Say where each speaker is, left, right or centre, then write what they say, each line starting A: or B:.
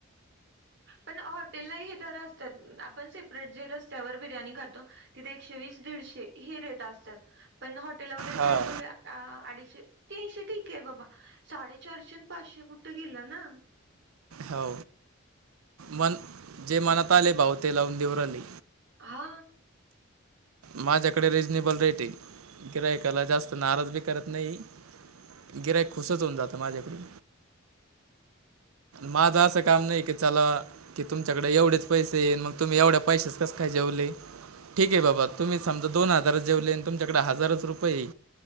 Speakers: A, on the right; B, on the right.
A: पण हॉटेललाही हे दर असतात. आपण सेपरेट जे रस्त्यावर बिर्याणी खातो. तिथे एकशे वीस दीडशे हे रेट असतात. पण हॉटेल वगैरे
B: हां
A: खायचं म्हणलं अ अडीचशे तीनशे ठीके आहे बाबा साडेचारशे आणि पाचशे कुठे गेलं ना?
B: हो पण जे मनात आले भाऊ ते लावून देवराले.
A: हा.
B: माझ्याकडे रिझनेबल रेट आहे. गिरायकाला जास्त नाराज बी करत नाही. गिरायक खुश होऊन जातं माझ्याकडून.
A: <inaudible>
B: माझ अस काम नाही की चला की तुमच्याकडे एवढेच पैसे येईन मग तुम्ही एवढ्या पैशच कस काय जेवले? ठीक आहे बाबा. तुम्ही समजा दोन हजारच जेवले तुमच्याकडे हजारच रुपये.